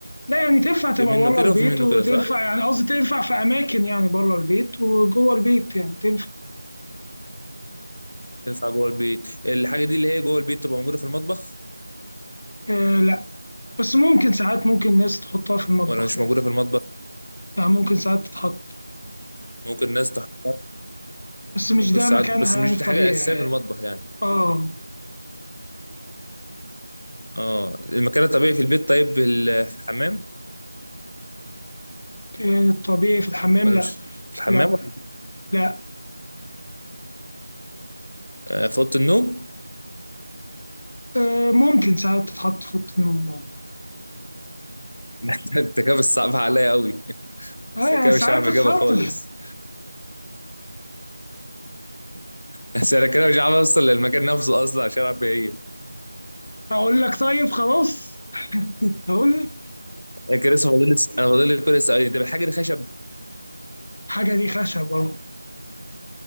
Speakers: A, on the left; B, on the left.
A: لا يعني تنفع تبقى
B: في منه
A: بره
B: كده
A: البيت
B: وفي منه
A: وتنفع
B: كده صح
A: يعني قصدي تنفع في اماكن يعني بره البيت وجوه البيت يعني تنفع
B: تنفع جوه البيت الحاجه دي اللي هي جوه البيت تبقى موجوده في المطبخ
A: آه لا بس ممكن ساعات ممكن الناس تحطها في المطبخ
B: ولا مش
A: يعني
B: موجودة في المطبخ
A: يعني ممكن ساعات تتحط
B: ممكن ناس تحطها
A: بس مش
B: ممكن
A: ده
B: ساعات
A: مكانها
B: بس
A: يعني
B: مش
A: الطبيعي
B: دي حاجة أساسية في
A: يعني
B: المطبخ يعني
A: اه
B: اه المكان الطبيعي في البيت طيب بال- في الحمام
A: آه، الطبيعي في الحمام
B: ولا
A: لا
B: مش في الحمام
A: لا
B: ولا
A: لا
B: آه، في أوضة النوم
A: آه، ممكن ساعات تتحط في أوضة النوم آه.
B: <laughs> انت كده بتصعب عليا قوي
A: اه يعني
B: انا كده
A: ساعات
B: مش عارف
A: تتحط
B: اجابها خالص بس انا كده مش عارف اوصل للمكان نفسه اصلا عشان اعرف ايه هي
A: <laughs> اقول لك طيب خلاص اقول لك
B: انا كده لسه فاضل لي- س- انا فاضل لي كل سؤالين طب الحاجه دي خشب
A: حاجه دي خشب اهو